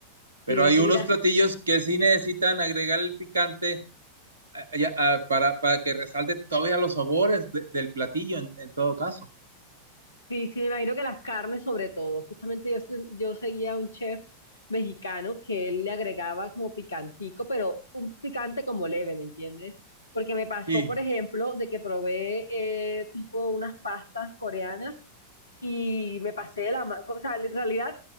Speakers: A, on the right; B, on the left.
A: Pero
B: Sí,
A: hay
B: sí,
A: unos
B: mira,
A: platillos que sí necesitan agregar el picante ah, ya, ah, para, para que resalte todavía los sabores de- del platillo en, en todo caso.
B: Sí, sí, me imagino que las carnes sobre todo. Justamente yo, se- yo seguía a un chef mexicano que él le agregaba como picantico, pero un picante como leve, ¿me entiendes? Porque me pasó,
A: Sí.
B: por ejemplo, de que probé eh, tipo unas pastas coreanas y me pasé de la mano. O sea, en realidad